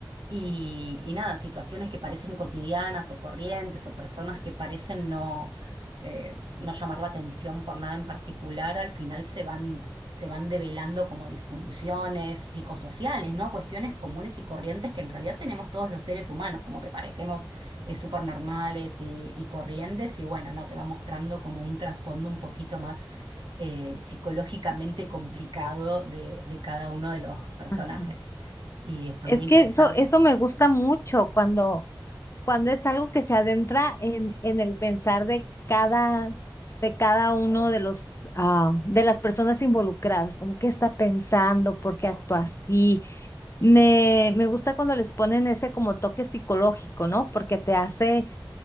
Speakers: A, on the right; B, on the left.
A: Y, y nada, situaciones que parecen cotidianas o corrientes o personas que parecen no, eh, no llamar la atención por nada en particular, al final se van, se van develando como disfunciones psicosociales, ¿no? Cuestiones comunes y corrientes que en realidad tenemos todos los seres humanos, como que parecemos eh, súper normales y, y corrientes, y bueno, no, te va mostrando como un trasfondo un poquito más eh, psicológicamente complicado de, de cada uno de los personajes.
B: Ajá.
A: Y está
B: Es
A: muy interesante.
B: que eso, eso me gusta mucho cuando, cuando es algo que se adentra en, en el pensar de cada, de cada uno de los, ah, de las personas involucradas, como qué está pensando, por qué actúa así. Me, me gusta cuando les ponen ese como toque psicológico, ¿no? Porque te hace